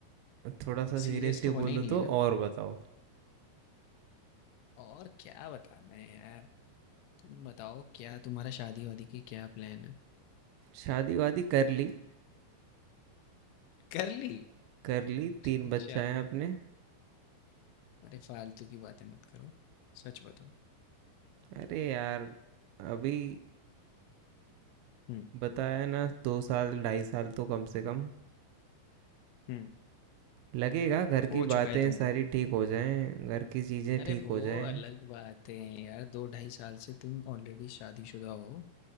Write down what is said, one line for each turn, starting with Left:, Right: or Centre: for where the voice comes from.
Right: थोड़ा सा सीरियसली
Left: सीरियस तो होना
Right: बोलूँ
Left: ही नहीं
Right: तो
Left: है ना
Right: और बताओ
Left: और क्या बताना है यार तुम बताओ क्या तुम्हारा शादी वादी की क्या प्लान है
Right: शादी वादी कर ली
Left: कर ली
Right: कर ली तीन
Left: अच्छा
Right: बच्चा है अपने
Left: अरे फालतू की बातें मत करो सच बताओ
Right: अरे यार अभी
Left: हम्म
Right: बताया ना दो साल ढाई साल तो कम से कम
Left: हम्म
Right: लगेगा घर
Left: हो
Right: की बातें
Left: चुका है तुमको
Right: सारी ठीक हो जाएं घर की चीज़ें
Left: अरे
Right: ठीक
Left: वो
Right: हो जाएं
Left: अलग बात है यार दो ढाई साल से तुम ऑलरेडी शादीशुदा हो